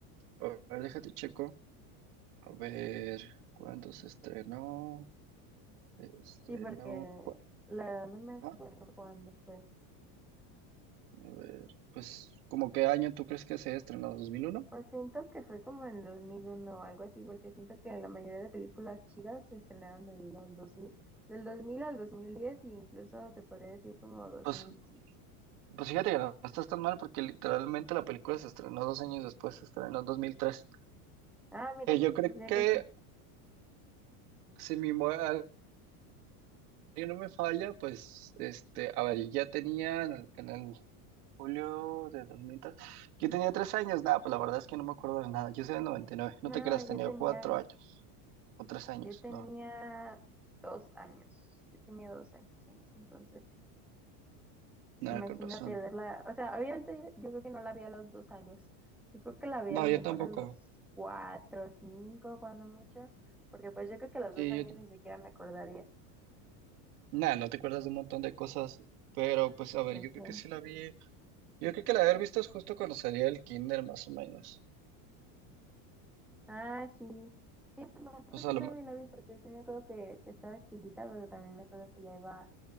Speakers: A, on the right (about 85°); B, in the centre.
A: a ver, déjate checo, a ver, ¿cuándo se estrenó? Se Estrenó,
B: Sí, porque
A: ¿cu-
B: la verdad no me
A: ah?
B: acuerdo cuándo fue.
A: A ver, pues, ¿como qué año tú crees que se estrenó? ¿2001?
B: Pues siento que fue como en 2001 o algo así, porque siento que la mayoría de películas chidas se estrenaron en los 2000 del 2000 al 2010 e incluso se podría decir como dos
A: Pues
B: mil quince
A: Pues fíjate que no estás tan mal porque literalmente la película se estrenó dos años después, se estrenó en 2003.
B: Ah, mira,
A: Eh, yo creo
B: o sea
A: que
B: que sí.
A: si mi memoria no me falla, pues este, a ver, ya tenía en el, en el julio de 2003. yo tenía tres años, nada, pues la verdad es que no me acuerdo de nada, yo soy del 99.
B: No,
A: no te creas, tenía
B: yo tenía,
A: cuatro años o tres años,
B: yo tenía
A: no,
B: dos años, yo tenía dos años en ese entonces.
A: nada,
B: Imagínate
A: con razón.
B: verla, o sea, obviamente yo creo que no la vi a los dos años, yo creo que la vi
A: No,
B: a lo mejor
A: yo tampoco.
B: a los cuatro, cinco, cuando mucho, porque pues yo creo que a los
A: Sí,
B: dos años
A: yo,
B: ni siquiera me acordaría,
A: nada, no te acuerdas de un montón de cosas, pero pues a ver,
B: yo
A: yo creo
B: sí.
A: que sí la vi, yo creo que la haber visto es justo cuando salía el kinder más o menos.
B: Ah, sí, sí, pues no,
A: O sea,
B: yo
A: lo
B: también
A: me-
B: la vi porque sí me acuerdo que, que estaba chiquita, pero también me acuerdo que ya iba